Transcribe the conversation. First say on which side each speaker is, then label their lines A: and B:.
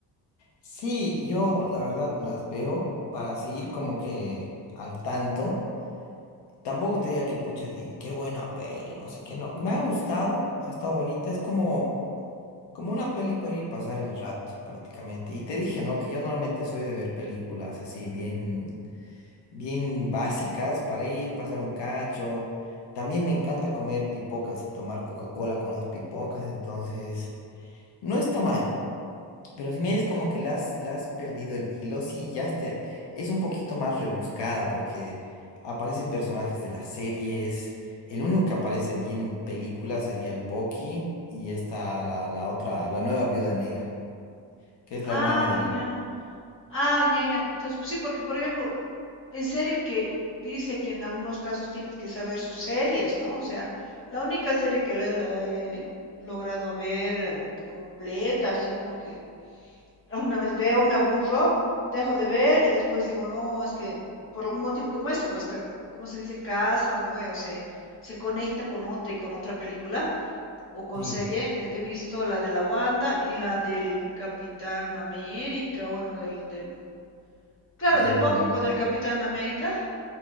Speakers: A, on the left; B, on the left.
A: sí, yo la verdad las veo para seguir como que al tanto. Tampoco te diga que pucha, di- qué buena peli, no sé qué, no. Me ha gustado, ha estado bonita, es como, como una peli para ir y pasar el rato prácticamente. Y te dije, ¿no? Que yo normalmente soy de ver películas así bien, bien básicas para ir, pasar un cacho. También me encanta comer pipocas y tomar Coca-Cola con las pipocas, entonces no está mal. Pero si me dices como que le has, le has perdido el hilo, sí, ya este es un poquito más rebuscada porque aparecen personajes de las series. El único que aparece bien en películas sería el Bucky y esta, la, la otra, la nueva viuda negra, que es la
B: Ah,
A: hermana de la...
B: ya. Ah, ya, ya. Entonces, pues sí, porque por ejemplo, en serio que dice que en algunos casos tienes que saber sus series, ¿no? O sea, la única serie que la, la he logrado a ver eh, completa, así, ¿no? Porque alguna vez veo, me aburro, dejo de ver y después digo, no, es que por algún motivo como esto, pues, que, como se dice, casa o no veo, se, se conecta con otra y con otra película o con
A: Sí,
B: serie. He he visto la de la Wanda y la del Capitán América, bueno, del, del Claro,
A: del...
B: del Bucky con el Capitán América.